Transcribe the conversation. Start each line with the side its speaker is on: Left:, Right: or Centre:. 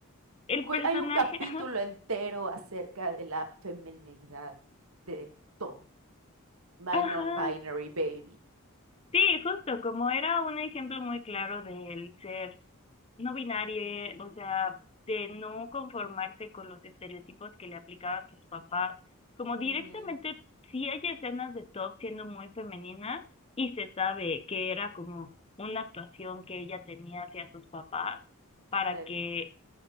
Left: el
Right: Güey,
Left: personaje...
Right: hay un capítulo
Left: Ajá.
Right: entero acerca de la femineidad de Todd. My
Left: Ajá.
Right: Non-Binary Baby.
Left: Sí, justo, como era un ejemplo muy claro del ser no binario, o sea, de no conformarse con los estereotipos que le aplicaban sus papás, como directamente
Right: Ujú,
Left: sí hay escenas de Top siendo muy femenina y se sabe que era como una actuación que ella tenía hacia sus papás para
Right: Sí,
Left: que